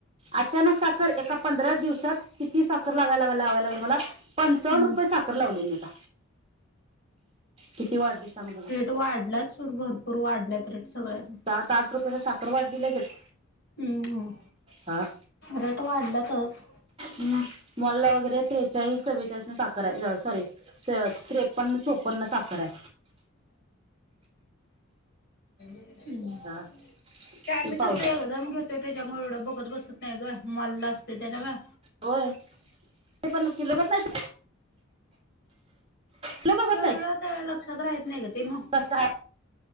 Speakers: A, on the right; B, on the left.
A: अचानक साकर, एका पंदराच दिवसात किती साखर लागा लावा लावा लावाय लागले मला. पंचावन्
B: हम्म
A: रुपये साकर लावलेली म आता, किती वाडली सांग बगू?
B: वाडलाच सोड भरपूर वाडल्यात रेट सगळ्याच.
A: ताट रुपयानं साकर वाढली लगेच?
B: हं हं
A: आं?
B: रेट वाडलंतच.
A: हं, मॉलला वगरे त्रेचाळीस चवेचाळीसनी साकराय. सा सॉरी. त्रेवत त्रेपन्न चोपन्न साकराय.
B: हम्म,
A: हा
B: त्या
A: ते
B: मी
A: पाऊस
B: कसं येत दम घ्यूत ते त्याच्यामुळे एवडं बगत बसत नाई ग, मॉलला असते त्याला गा
A: होय, ते पण किलोघात नाहीसा. किलो बघत
B: तेवडं ते लक्षात राहेत नाही ग ते म.
A: असय,